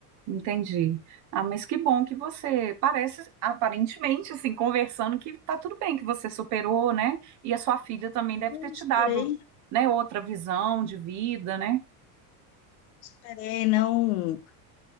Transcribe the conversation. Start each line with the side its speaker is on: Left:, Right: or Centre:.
Right: entendi. Ah, mas que bom que você parece, aparentemente, assim, conversando, que tá tudo bem, que você superou, né? E a sua filha também deve
Left: Eu
Right: ter te
Left: esperei,
Right: dado, né, outra visão de vida, né?
Left: esperei, não.